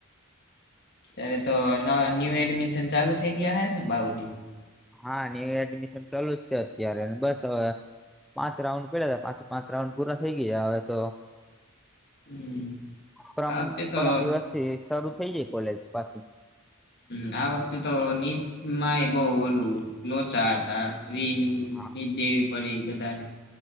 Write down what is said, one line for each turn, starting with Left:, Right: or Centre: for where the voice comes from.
Left: ત્યારે તો ન્યૂ એડમિશન ચાલુ થઈ ગયા હ ને બાઉુજી?
Centre: હા ન્યુ એડમિશન ચાલુ જ છે અત્યારે બસ હવે પાંચ રાઉન્ડ પેલા હતા પાંચ પાંચ રાઉન્ડ પૂર્ણ થઈ ગયા હવે તો
Left: હમ
Centre: પરમ
Left: આ વખતે તો
Centre: પરમ દિવસ થી શરૂ થઇ જાય કોલેજ પાસે
Left: હ આ વખતે તો નીટમાંય બહ ઓલું લોચા હતા. રીની
Centre: હા
Left: દેવી પડી બધાને